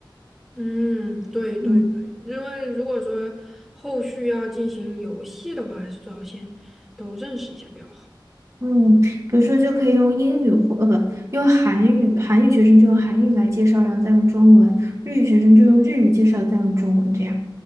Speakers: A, in the centre; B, on the right.
A: 嗯，对对对，
B: 嗯。
A: 因为如果说后续要进行游戏的话，还是最好先都认识一下比较好。
B: 嗯，比如说就可以用英语或呃不用韩语，韩语学生就用韩语来介绍，然后再用中文；日语学生就用日语介绍，再用中文这样。